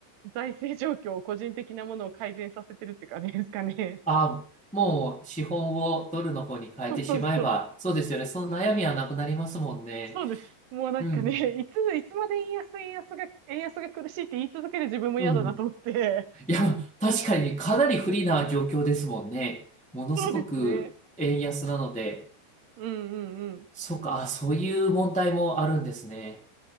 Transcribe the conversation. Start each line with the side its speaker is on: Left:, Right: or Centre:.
Right: 財政状況を個人的なものを改善させてるって感じですかね。
Centre: あ、もう資本をドルの方に変えてしまえば、
Right: そうそうそう。
Centre: そうですよね。その悩みはなくなりますもんね。
Right: そうです。もうなんかね、
Centre: うん。
Right: <laughs> いつ、いつまで円安、円安が、円安が苦しいって言い続ける自分も嫌だなと思って。
Centre: うん。いや、確かにねかなり不利な状況ですもんね。ものすごく円安なので、
Right: そうですね。うんうんう
Centre: そうか、あ、そういう問題もあるんですね。